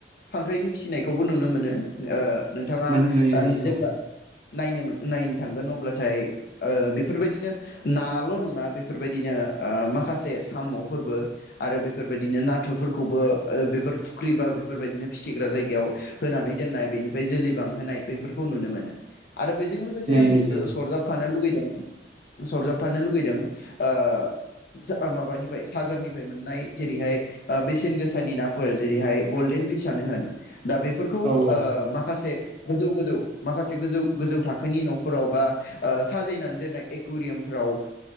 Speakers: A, on the left; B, on the right.
A: खांख्राइनि फिसिनायखौबो नुनो मोनो ओ नोंथाङा
B: मोन नुयो
A: ओ
B: नुयो
A: जेब्ला
B: औ
A: नायनो नायनो थांगोन अब्लाथाय ओ बेफोरबायदिनो नाल' नङा बेफोरबायदिनो ओ माखासे साम'फोरबो आरो बेफोरबायदिनो नाथुरफोरखौबो बेफोर फुख्रि बा बेफोरबायदिनो फिसिग्रा जायगायाव होनानै दोननाय बेनिफ्राय जोलै बांहोनाय बेफोरखौ नुनो मोनो। आरो बेजों लोगोसे
B: नुयो
A: आं
B: नुयो औ
A: सरजाबफानो लुगै <unintelligible> सरजाबफानो लुुबैदों ओ माबानिफ्राय सागोरनिफ्राय मोननाय जेरैहाय बेसेन गोसानि नाफोर जेरैहाय गलडेन फिसनो होन दा बेफोरखौ
B: औ
A: ओ
B: औ
A: माखासे गोजौ गोजौ माखासे गोजौ गोजौ थाखोनि न'फोराव बा ओ साजायनानै दोननाय एकुवरियाम फ्राव